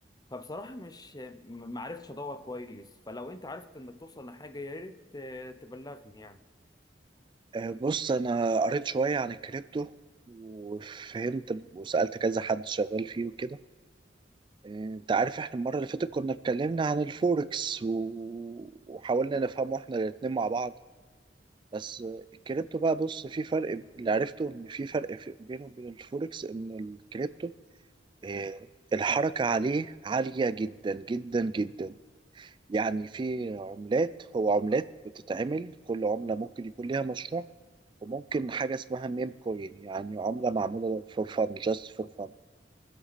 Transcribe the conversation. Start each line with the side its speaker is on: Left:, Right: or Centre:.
Left: فبصراحة مش م- ما عرفتش أدور كويس فلو أنت عرفت إنك توصل لحاجة يا ريت آه، تبلغني يعني
Right: أه بص انا قريت شوية عن الكريبتو وفهمت وسألت كذا حد شغال فيه وكده أه انت عارف احنا المرة اللي فاتت كنا اتكلمنا عن الفوركس و... وحاولنا نفهمه احنا الاتنين مع بعض بس آه، الكريبتو بقى بص في فرق اللي عرفته ان في فرق في- بينه وبين الفوركس ان الكريبتو أه الحركة عليه عالية جدا جدا جدا يعني في عملات هو عملات بتتعمل كل عملة ممكن يكون ليها مشروع وممكن حاجة اسمها ميم كوين يعني عملة معمولة فور فن جاست فور فن